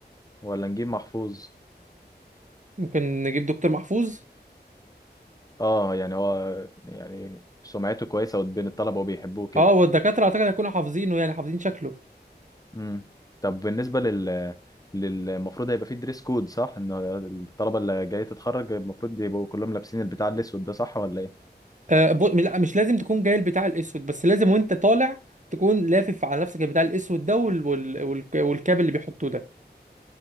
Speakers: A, on the left; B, on the right.
A: ولا نجيب محفوظ
B: ممكن نجيب دكتور محفوظ
A: اه يعني هو يعني سمعته كويسه بين الطلبه وبيحبوه كده
B: اه والدكاترة اعتقد هيكونوا حافظينه يعني حافظين شكله
A: امم طب بالنسبه لل للمفروض هيبقى فيه دريس كود صح ان الطلبه اللي جايه تتخرج المفروض يبقوا كلهم لابسين البتاع الاسود ده صح ولا ايه
B: آه ب... لا مش لازم تكون جاي البتاع الاسود بس لازم وانت طالع تكون لافف على نفسك البتاع الاسود ده وال... وال... والك- والكاب اللي بيحطوه ده